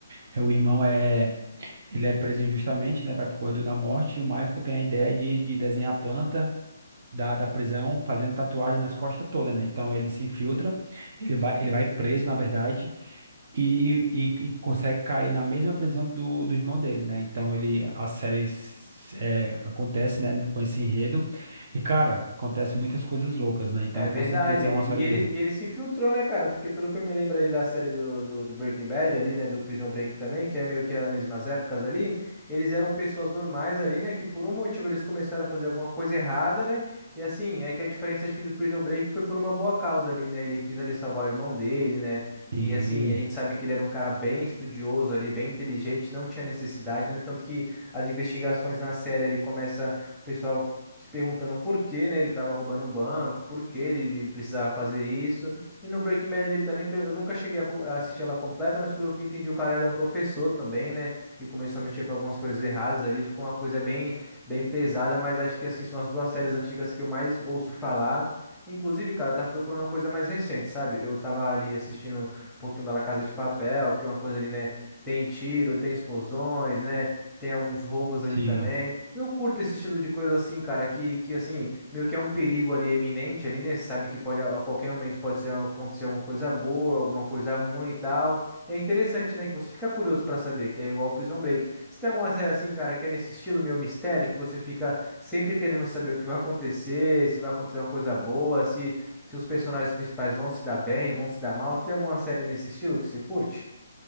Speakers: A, on the right; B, in the centre.
A: É, O irmão é. Ele é preso injustamente, né, vai pro corredor da morte, e o Michael tem a ideia de, de desenhar a planta. Da, da prisão, fazendo tatuagem nas costas toda, né? Então ele se infiltra, ele vai, ele vai preso, na verdade e, e, e consegue cair na mesma prisão do, do irmão dele, né? Então ele a série s- é, acontece, né, com esse enredo. E cara, acontece muitas coisas loucas, né? Então
B: É verdade.
A: com certeza é uma
B: Ele-
A: série
B: E ele,
A: boa.
B: e ele se infiltrou, né, cara? Porque pelo que eu me lembro ali da série do, do, do Breaking Bad ali, né? Do Prison Break também, que é meio que as mesmas épocas ali. Eles eram pessoas normais ali, né? Que por um motivo eles começaram a fazer alguma coisa errada, né? E assim, é que a diferença acho que do Prison Break foi por uma boa causa ali, né? Ele quis ali salvar o irmão dele, né?
A: Sim,
B: E assim, a gente sabe que ele era um cara bem estudioso ali, bem inteligente, não tinha necessidade, né? Tanto que as investigações na série ali começa o pessoal se perguntando por que, né, ele estava roubando um banco, por que ele, ele precisava fazer isso. E no Breaking Bad ele também, pe- eu nunca cheguei a, co- a assistir ela completa, mas pelo que eu entendi, o cara era um professor também, né, e começou a mexer com algumas coisas erradas ali, ficou uma coisa bem, bem pesada, mas acho que, assim, são as duas séries antigas que eu mais ouço falar. Inclusive, cara, eu tava procurando uma coisa mais recente, sabe? Eu tava ali assistindo um pouquinho da La Casa de Papel, que é uma coisa ali, né? Tem tiro, tem explosões, né? Tem alguns roubos ali
A: sim.
B: também. Eu curto esse estilo de coisa assim, cara, que, que assim, meio que é um perigo ali eminente ali, né? Você Sabe que pode a a qualquer momento pode ser- acontecer alguma coisa boa, alguma coisa ruim e tal. E é interessante, né, que você fica curioso pra saber, que é igual ao Prison Break. Você tem alguma série assim, cara, que é nesse estilo meio mistério, que você fica sempre querendo saber o que vai acontecer, se vai acontecer uma coisa boa, se, se os personagens principais vão se dar bem, vão se dar mal. Você tem alguma série nesse estilo que você curte?